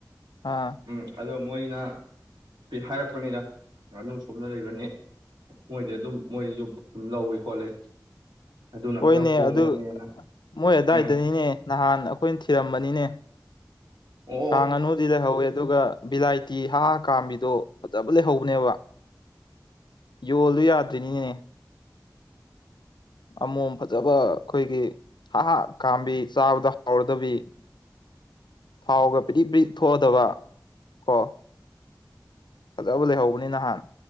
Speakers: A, on the left (about 90°); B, on the right (about 80°).
A: ꯑꯥ
B: ꯎꯝ ꯑꯗꯣ ꯃꯣꯏꯅ ꯄꯤꯍꯥꯏꯔꯛꯄꯅꯤꯗ ꯉꯥꯅꯨ ꯁꯣꯝꯗ ꯂꯩꯕꯅꯤ ꯃꯣꯏꯗꯤ ꯑꯗꯨꯝ ꯃꯣꯏꯁꯨ ꯑꯗꯨꯝ ꯂꯧꯏ ꯈꯣꯠꯂꯤ ꯑꯗꯨꯅ
A: ꯍꯣꯏꯅꯦ
B: ꯈꯔ ꯍꯣꯡꯕꯅꯦꯅ
A: ꯑꯗꯨ ꯃꯣꯏ ꯑꯗꯨꯋꯥꯏꯗꯅꯤꯅꯦ
B: ꯎꯝ
A: ꯅꯍꯥꯟ ꯑꯩꯈꯣꯏꯅ ꯊꯤꯔꯝꯕꯅꯤꯅꯦ
B: ꯑꯣ
A: ꯀꯥꯡ ꯉꯥꯅꯨꯗꯤ ꯂꯩꯍꯧꯋꯦ ꯑꯗꯨꯒ ꯚꯤꯂꯥꯏꯇꯤ ꯍꯥ ꯍꯥ ꯀꯥꯝꯕꯤꯗꯣ ꯐꯖꯕ ꯂꯩꯍꯧꯕꯅꯦꯕ ꯌꯣꯜꯂꯨ ꯌꯥꯗ꯭ꯔꯤꯅꯤꯅꯦ ꯑꯃꯣꯝ ꯐꯖꯕ ꯑꯩꯈꯣꯏꯒꯤ ꯍꯥꯍꯥ ꯀꯥꯝꯕꯤ ꯆꯥꯕꯗ ꯍꯥꯎꯔꯗꯕꯤ ꯊꯥꯎꯒ ꯕ꯭ꯔꯤꯛ ꯕ꯭ꯔꯤꯛ ꯊꯣꯛꯑꯗꯕ ꯀꯣ ꯐꯖꯕ ꯂꯩꯍꯧꯕꯅꯤ ꯅꯍꯥꯟ